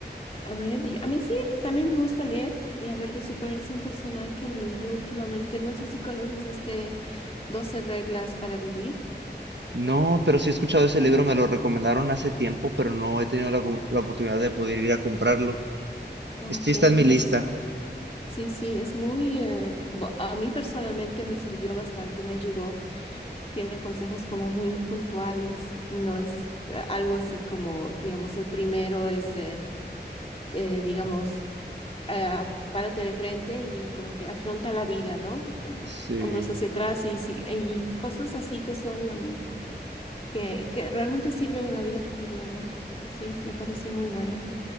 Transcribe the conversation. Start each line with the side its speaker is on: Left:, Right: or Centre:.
Left: A ver, y a mí sí, también me gusta leer y a ver de superación personal que he leído últimamente. No sé si conoces este 12 reglas para vivir.
Right: No, pero sí he escuchado ese
Left: Ajá.
Right: libro, me lo recomendaron hace tiempo, pero no he tenido la, gu- la oportunidad de poder ir a comprarlo.
Left: Ok,
Right: Este sí está en mi lista.
Left: es, sí, sí, es muy, eh, bu- a mí personalmente me sirvió bastante, me ayudó. tiene consejos como muy puntuales, no es eh, algo así como, digamos, el primero es, eh, eh, digamos, eh, párate de frente y como que afronta la vida, ¿no? Y Con
Right: Sí.
Left: hombros hacia atrás y, sigue- y cosas así que son, mm, que, que realmente sirven en la vida cotidiana. Sí, me pareció muy bueno.